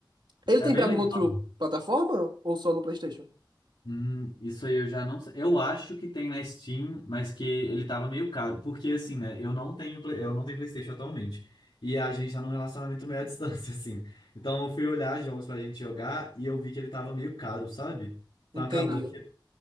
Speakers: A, on the right (about 65°); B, on the left (about 90°).
A: Ele
B: É
A: tem
B: bem
A: pra alguma
B: legal.
A: outra plataforma ou só no PlayStation?
B: Hum, isso aí eu já não sei. Eu acho que tem na Steam, mas que ele tava meio caro. Porque assim, né? Eu não tenho, Play- eu não tenho PlayStation atualmente. E a gente tá num relacionamento meio à <laughs> distância, assim. Então eu fui olhar jogos pra gente jogar e eu vi que ele tava meio caro, sabe? Então
A: Entendi.
B: acabou que,